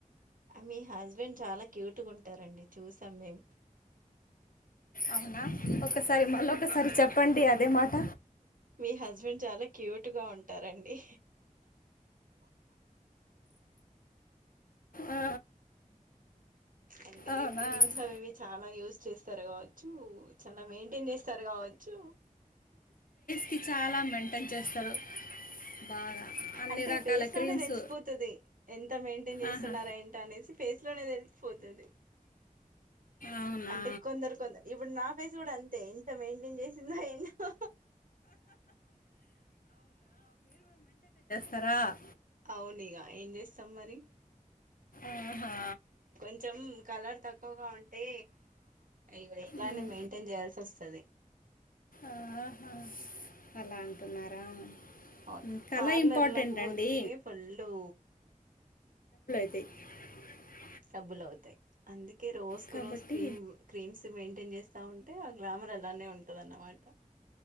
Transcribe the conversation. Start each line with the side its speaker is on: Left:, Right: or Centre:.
Right: మీ హస్బెండ్ చాలా క్యూట్గా ఉంటారండి చూసాం మేం
Left: అవునా ఒకసారి మళ్ళీ ఒకసారి చెప్పండి అదే మాట
Right: మీ హస్బెండ్ చాలా క్యూట్గా ఉంటారండి
Left: ఆ,
Right: అంటే
Left: అవునా
Right: క్రీమ్స్ అనేవి చాలా యూస్ చేస్తారు కావచ్చు చాలా మెయింటైన్ చేస్తారు కావచ్చు
Left: కి చాలా మెయింటైన్ చేస్తారు బాగా అన్ని
Right: అంటే
Left: రకాల
Right: ఫేస్ లోనే
Left: క్రీమ్స్
Right: తెలిసిపోతుంది ఎంత మెయింటైన్ చేస్తున్నారా
Left: ఆహా
Right: ఏంట అనేసి ఫేస్ లోనే తెలిసిపోతుంది
Left: అవునా
Right: అంటే కొందరు కొందరు ఇప్పుడు నా ఫేస్ కూడా అంతే ఎంత మెయింటైన్ చేసిందో ఎన్నో
Left: తర
Right: అవునుక ఏం చేస్తాం మరి
Left: ఆహా
Right: కొంచెం కలర్ తక్కువగా ఉంటే ఇవి ఎలానే
Left: ఉమ్.
Right: మెయింటైన్ చేయాల్సి వస్తంది కది
Left: ఆహా. అలా అంటున్నారా ఉమ్,
Right: అవును
Left: కళ
Right: పార్లర్
Left: ఇంపార్టెంట్
Right: లేకపోతే
Left: అండి
Right: పళ్ళు
Left: అ
Right: డబ్బులువుతాయి అందుకే రోజు
Left: కాబట్టి
Right: కు రోజు క్రీమ్ క్రీమ్స్ మెయింటైన్ చేస్తా ఉంట అంటే ఆ గ్లామర్ ఎలానే ఉంటుంద అన్నమాట